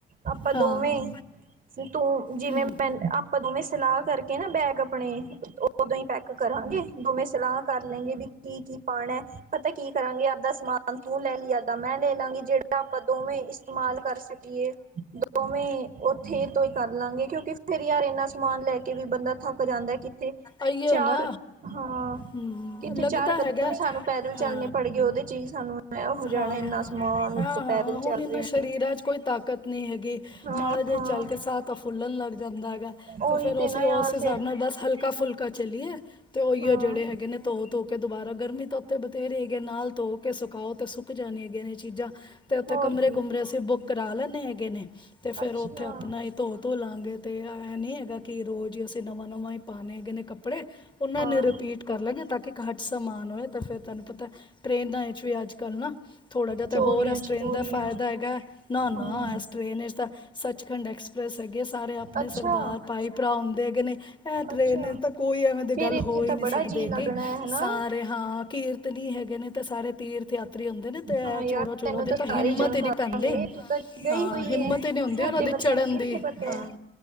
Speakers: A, on the right; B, on the left.
A: ਆਪਾਂ ਦੋਵੇਂ
B: ਹਾਂ।
A: ਤੂੰ, ਜਿਵੇਂ
B: ਹਮ
A: ਮੈਂ ਆਪਾਂ ਦੋਵੇਂ ਸਲਾਹ ਕਰਕੇ ਨਾ ਬੈਗ ਆਪਣੇ ਉਦੋਂ ਈ ਪੇੱਕ ਕਰਾਂਗੇ, ਦੋਵੇਂ ਸਲਾਹ ਕਰ ਲੈਂਗੇ ਵੀ ਕੀ ਕੀ ਪਾਣੇ ਪਤੈ ਕੀ ਕਰਾਂਗੇ ਅੱਦਾ ਸਮਾਨ ਤੂੰ ਲੈ ਲਈ, ਅੱਦਾਂ ਮੈਂ ਲੈ ਲਾਂਗੀ ਜਿਹੜਾ ਆਪਾਂ ਦੋਵੇਂ ਇਸਤੇਮਾਲ ਕਰ ਸਕੀਏ। ਦੋਵੇਂ ਉੱਥੇ ਤੋਂ ਈ ਕਰ ਲਾਂਗੇ ਕਿਉਂਕਿ ਫਿਰ ਯਾਰ ਇੰਨਾ ਸਮਾਨ ਲੈ ਕੇ ਵੀ ਬੰਦਾ ਥੱਕ ਜਾਂਦੇ। ਕਿੱਥੇ
B: ਏ ਆਈਓ
A: ਚਾਰ,
B: ਨਾ
A: ਹਾਂ।
B: ਹੂੰ
A: ਕਿੱਥੇ
B: ਲੱਗਦਾ
A: ਚਾਰ
B: ਹੈਗਾ
A: ਕਦਮ ਸਾਨੂੰ ਪੈਦਲ ਚੱਲਣੇ
B: ਹਾਂ
A: ਪੜੀਏ ਉਹਦੇ ਚ' ਈ ਸਾਨੂੰ ਐਂ ਹੋ ਜਾਣਾ
B: ਹਾਂ
A: ਇੰਨਾ ਸਮਾਨ
B: ਹਾਂ
A: ਉੋਂਤੋ
B: ਹਾਂ
A: ਪੈਦਲ
B: ਹੁਣ
A: ਚੱਲ
B: ਇਹਨਾਂ
A: ਰਏ ਨੇ।
B: ਸਰੀਰਾਂ 'ਚ ਕੋਈ ਤਾਕਤ ਨਹੀਂ ਹੈਗੀ,
A: ਹਾਂ
B: ਮਾੜਾ ਜਿਹਾ
A: ਹਾਂ
B: ਚੱਲ ਕੇ ਸਾਹ ਤਾਂ ਫੁੱਲਣ ਲੱਗ ਜਾਂਦਾ ਐਗਾ। ਤੇ
A: ਉਹੀ
B: ਫੇਰ ਅਸੀ
A: ਨਾ
B: ਉਸ
A: ਯਾਰ
B: ਹਿਸਾਬ
A: ਫਿਰ
B: ਨਾਲ ਬਸ ਹਲਕਾ-ਫੁਲਕਾ ਚਲੀਏ। ਤੇ ਉਹੀਓ
A: ਹਾਂ
B: ਜਿਹੜੇ ਹੈਗੇ ਨੇ ਧੋ-ਧੋ ਕੇ ਦੁਬਾਰਾ ਗਰਮੀ ਤਾਂ ਉੱਥੇ ਬਥੇਰੀ ਐਗੇ ਨਾਲ ਧੋ ਕੇ ਸੁ ਪਾਉ ਤੇ ਸੁੱਕ ਜਾਣੇ ਹੈਗੇ ਨੇ। ਚੀਜ਼ਾਂ ਤੇ ਉੱਥੇ
A: ਹੋਰ
B: ਕਮਰੇ-ਕੁਮਰੇ
A: ਕੀ
B: ਅਸੀਂ ਬੁੱਕ ਕਰਾ ਲੈਂਨੇ ਹੈਗੇ ਨੇ, ਤੇ ਫੇਰ
A: ਅੱਛਾ
B: ਉਹ ਉੱਥੇ ਆਪਣਾ ਹੀ ਧੋ ਧੋ ਲਾਂਗੇ ਅਤੇ ਐ ਨਹੀਂ ਹੈਗਾ ਕਿ ਰੋਜ਼ ਹੀ ਅਸੀਂ ਨਵਾਂ- ਨਵਾਂ ਹੀ ਪਾਉਣੇ ਹੈਗੇ ਨੇ ਕੱਪੜੇ। ਉਹਨਾਂ
A: ਹਾਂ
B: ਨੇ ਰਿਪੀਟ ਕਰ ਲੱਗੇ ਤਾਂ ਕਿ ਘੱਟ ਸਮਾਨ ਹੋਏ। ਤਾਂ ਫਿਰ ਤੁਹਾਨੂੰ ਪਤਾ, ਟ੍ਰੇਨਾ ਚ 'ਵੀ ਅੱਜ ਕੱਲ੍ਹ ਨਾ ਥੋੜਾ ਜਿਹਾ ਤਾਂ
A: ਚੋਰੀਆਂ
B: ਹੋਰ ਐਸ
A: ਚਕੋਰੀਆਂ
B: ਟ੍ਰੇਨ ਦਾ ਫਾਇਦਾ ਹੈਗਾ। ਨਾ -ਨਾ
A: ਹਾਂ
B: ਐਸ ਟ੍ਰੇਨ ਚ' ਤਾਂ, ਸੱਚਖੰਡ ਐਕਸਪ੍ਰੈਸ ਹੈਗੇ ਸਾਰੇ ਆਪਣੇ
A: ਅੱਛਾ
B: ਸਰਦਾਰ ਭਾਈ- ਭਰਾ ਹੁੰਦੇ ਹੈਗੇ ਨੇ। ਇਹ ਟਰੇਨ
A: ਅੱਛਾ
B: ਤਾਂ ਕੋਈ ਐਵੇਂ ਦੀ
A: ਫੇਰ
B: ਗੱਲ
A: ਇੱਥੇ
B: ਹੋ ਹੀ
A: ਤਾਂ
B: ਨਹੀਂ
A: ਬੜਾ
B: ਸਕਦੇ
A: ਜੀਅ
B: ਹੈਗੀ।
A: ਲੱਗਣਾ ਹੈ ਹਨਾ
B: ਸਾ ਹਾਂ। ਕੀਰਤਨੀ ਗੇ ਨੇ ਤੇ ਸਾਰੇ ਤੀਰਥ ਯਾਤਰੀ ਹੂੰਦੇ ਨੇ ਤੇ
A: ਹਾਂ ਯਾਰ
B: ਚੋਰਾਂ- ਚੋਰਾਂ
A: ਤੈਨੂੰ
B: ਦੀ ਤਾਂ ਹਿੰਮਤ
A: ਸਾਰੀ ਜਾਣਕਾਰੀ
B: ਹੀ ਨੀ ਪੈਂਦੇ।
A: ਏ ਤੂੰ ਤਾਂ ਗਈ
B: ਹਾਂ,
A: ਹੋਈ
B: ਹਿੰਮਤ
A: ਏ
B: ਹੀ ਨਹੀਂ ਹੁੰਦੀ
A: ਸਾਡੇ
B: ਉਹਨਾਂ ਦੀ
A: ਵਰਗਿਆਂ
B: ਚੜ੍ਹਨ
A: ਨੂੰ ਕਿੱਥੇ
B: ਦੀ।
A: ਪਤਾ
B: ਹਾਂ-
A: ਹੈ